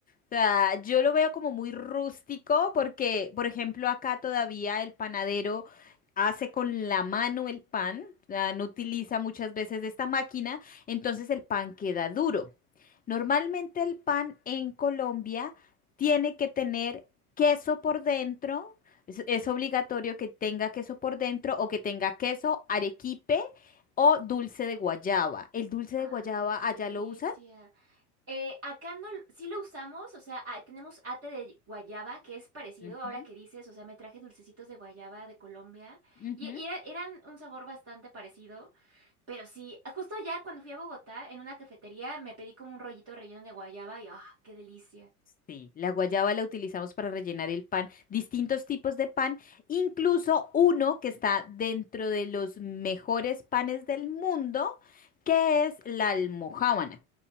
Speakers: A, on the left; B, on the right.
A: O sea, yo lo veo como muy rústico porque, por ejemplo, acá todavía el panadero hace con la mano el pan, o sea, no utiliza muchas veces esta máquina, entonces el pan queda duro. Normalmente el pan en Colombia tiene que tener queso por dentro es, es obligatorio que tenga queso por dentro o que tenga queso, arequipe o dulce de guayaba. ¿El dulce
B: Ah,
A: de guayaba
B: qué delicia.
A: allá lo usan?
B: Eh, acá no, l- sí lo usamos, o sea, ah, tenemos ate de guayaba, que es parecido
A: Ujú,
B: ahora que dices, o sea, me traje dulcecitos de guayaba de Colombia,
A: ujú.
B: y, y era- eran un sabor bastante parecido, pero sí, justo ya cuando fui a Bogotá, en una cafetería, me pedí como un rollito relleno de guayaba, y ¡ah, qué delicia!
A: Sí, la guayaba la utilizamos para rellenar el pan, distintos tipos de pan, incluso uno que está dentro de los mejores panes del mundo, que es la almojábana.